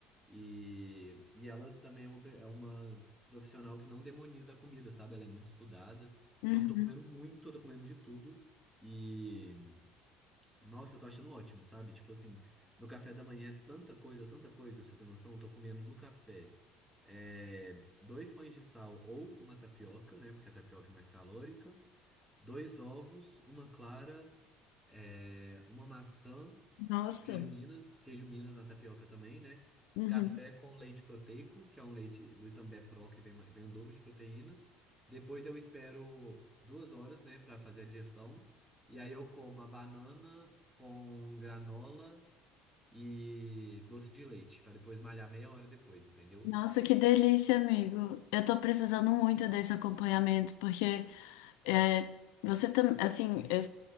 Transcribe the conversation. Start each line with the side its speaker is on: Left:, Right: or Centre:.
Centre: E, e ela também é uma, pe- é uma profissional que não demoniza a comida, sabe? Ela é muito estudada.
Left: Uhum.
Centre: Então, eu tô comendo muito, eu tô comendo de tudo. E, nossa, eu tô achando ótimo, sabe? Tipo assim, meu café da manhã é tanta coisa, tanta coisa, pra você ter noção, eu tô comendo no café. é, dois pães de sal ou uma tapioca, né? Porque a tapioca é mais calórica dois ovos, uma clara, é, uma maçã,
Left: Nossa.
Centre: o queijo Minas, queijo Minas na tapioca também, né?
Left: Uhum.
Centre: Café com leite proteico, que é um leite do Itambé Pro, que vem, ma- vem o dobro de proteína. Depois eu espero duas horas, né, para fazer a digestão. E aí eu como a banana com granola e doce de leite, para depois malhar meia hora depois, entendeu?
Left: Nossa, que delícia, amigo. Eu tô precisando muito desse acompanhamento, porque é, você também, assim, eu,